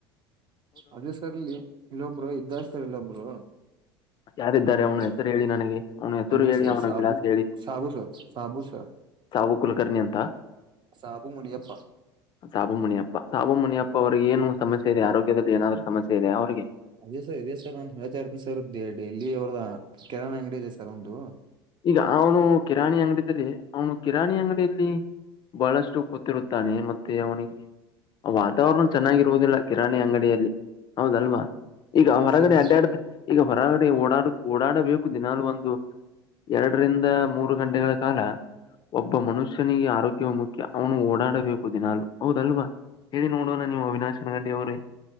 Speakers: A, on the right; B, on the left.
A: ಅದೇ ಸರ್ಲ್ಲಿ ಇಲ್ಲೊಬ್ರು ಇದ್ದಾರ್ ಸರ್ ಇಲ್ಲೊಬ್ರು
B: ಯಾರಿದ್ದಾರೆ
A: ಅಂದ್ರೆ
B: ಅವನು ಹೆಸರು ಹೇಳಿ ನನಗೆ ಅವನು ಹೆಸರು
A: ಅಂದ್ರೆ
B: ಹೇಳಿ
A: ಸರ್
B: ಅವನ
A: ಸಾಬು
B: ಗ್ಲಾಸ್ ಹೇಳಿ
A: ಸಾಬು ಸರ್ ಸಾಬು ಸರ್
B: ತಾವು ಕುಲಕರ್ಣಿ ಅಂತ
A: ಸಾಬು ಮುಣಿಯಪ್ಪ
B: ಸಾಬು ಮುನಿಯಪ್ಪ ಸಾಬು ಮುನಿಯಪ್ಪ ಅವ್ರಿಗೆ ಏನು ಸಮಸ್ಯೆ ಇದೆಯಾ ಆರೋಗ್ಯದಲ್ಲಿ ಏನಾದರೂ ಸಮಸ್ಯೆ ಇದೆಯಾ ಅವ್ರಿಗೆ
A: ಅದೇ ಸರ್ ಇದೇ ಸರ್ ನಾನು ಹೇಳ್ತಾ ಇರ್ತನಿ ಸರ್ ಡೈಲಿ ಅವ್ರದ ಕಿರಾಣಿ ಅಂಗಡಿ ಇದೆ ಸರ್ ಒಂದು
B: ಈಗ ಅವನು ಕಿರಾಣಿ ಅಂಗಡಿ ದಲ್ಲಿ ಅವನು ಕಿರಾಣಿ ಅಂಗಡಿಯಲ್ಲಿ ಬಹಳಷ್ಟು ಕೂತಿರುತ್ತಾನೆ ಮತ್ತೆ ಅವನಿಗೆ ವಾತಾವರಣ ಚನ್ನಾಗಿ ಇರುವುದಿಲ್ಲ ಕಿರಾಣಿ ಅಂಗಡಿಯಲ್ಲಿ ಹೌದಲ್ವಾ ಈಗ
A: ಹೌದು
B: ಹೊರಗಡೆ
A: ಸರ್
B: ಅಡ್ಡಾಡ್ದ ಈಗ ಹೊರಗಡೆ ಓಡಾಡ ಓಡಾಡ ಹು ದಿನಾಲೂ ಒಂದು ಎರಡರಿಂದ ಮೂರು ಗಂಟೆಗಳ ಕಾಲ ಒಬ್ಬ ಮನುಷ್ಯನಿಗೆ ಆರೋಗ್ಯ ಮುಖ್ಯ ಅವನು ಓಡಾ ಬು ದಿನಾಲೂ ಹೌದಲ್ವಾ ಹೇಳಿ ನೋಡೋಣ ನೀವು ಅವಿನಾಶನ ಅವರೇ